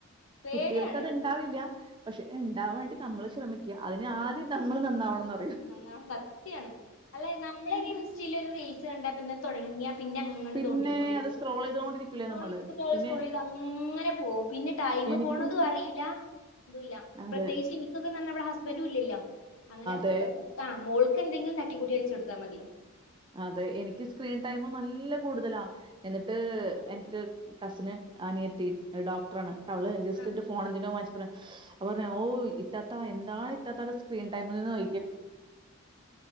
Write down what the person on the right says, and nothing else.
കുട്ടികൾക്കതുണ്ടാവില്ല, പക്ഷെ, ഇണ്ടാവാൻ വേണ്ടി നമ്മള് <unintelligible> <unintelligible> അതിന്
ആദ്യം നമ്മള് നന്നാവണെന്ന്
പിന്നെ
അത് സ്ക്രോൾ ചെയ്തോണ്ടിരിക്കൂലേ
നമ്മള്. പിന്നെ
എനിക്ക്
അതെ.
ഏ
അതെ എനിക്ക് സ്ക്രീൻ ടൈമ് നല്ല കൂടുതലാ എന്നിട്ട്, എന്നിട്ട് കസിന് അനിയത്തി ഡോക്ടറാണ്. അവള് ജസ്റ്റ്
എന്റെ ഫോൺ എന്തിനോ വാങ്ങിച് <unintelligible> അപ്പോ പറ ഓ ഇത്താത്ത എന്താ ഇത്താത്തേടെ സ്ക്രീൻ ടൈമിൽ <unintelligible>